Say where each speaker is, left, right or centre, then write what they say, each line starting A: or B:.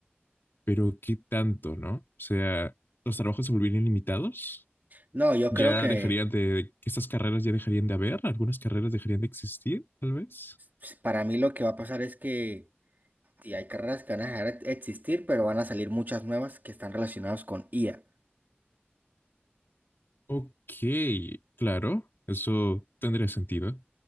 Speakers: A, on the left (about 60°); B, on the right (about 45°).
A: pero ¿qué tanto, no? O sea, los trabajos se volverían limitados
B: No, yo
A: ya
B: creo que
A: dejarían de, de- estas carreras ya dejarían de haber, algunas carreras dejarían de existir, tal vez.
B: s- para mí lo que va a pasar es que sí, hay carreras que van a dejar de existir, pero van a salir muchas nuevas que están relacionadas con IA.
A: Ok, claro, eso tendría sentido,